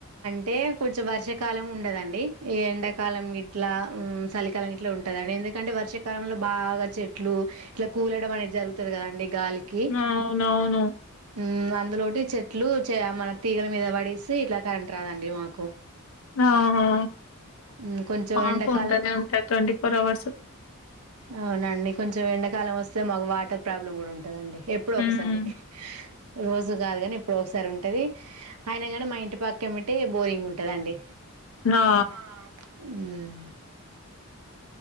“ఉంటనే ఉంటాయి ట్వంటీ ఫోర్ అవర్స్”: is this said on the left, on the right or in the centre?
Left